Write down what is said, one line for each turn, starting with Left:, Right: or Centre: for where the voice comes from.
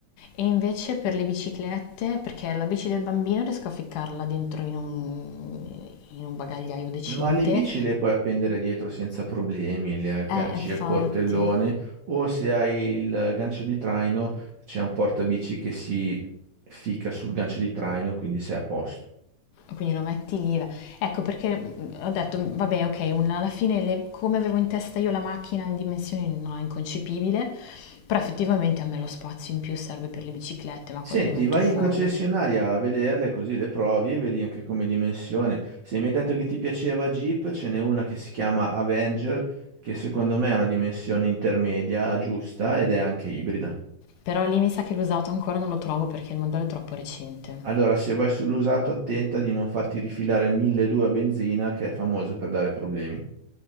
Left: E invece per le biciclette, perché la bici del bambino riesco a ficcarla dentro in un, in un bagagliaio decente.
Right: Ma le bici le puoi appendere dietro senza problemi, le agganci
Left: Eh, infatti.
Right: al portellone o se hai il gancio di traino c'è un portabici che si ficca sul gancio di traino, quindi sei a posto.
Left: Quindi lo metti lì. la- Ecco perché mh, ho detto, vabbè, ok, una- alla fine le- come avevo in testa io la macchina in dimensioni no, inconcepibile, però effettivamente a me lo spazio in più serve per le biciclette, ma
Right: Senti,
Left: quelle le metto
Right: vai
Left: fuori.
Right: in concessionaria a vederle così le provi, vedi anche come dimensione. Se mi hai detto che ti piaceva Jeep, ce n'è una che si chiama Avenger, che secondo me è una dimensione intermedia giusta ed è anche ibrida.
Left: Però lì mi sa che l'usato ancora non lo trovo perché il modello è troppo recente.
Right: Allora, se vai sull'usato, attenta di non farti rifilare il 1200 a benzina, che è famoso per dare problemi.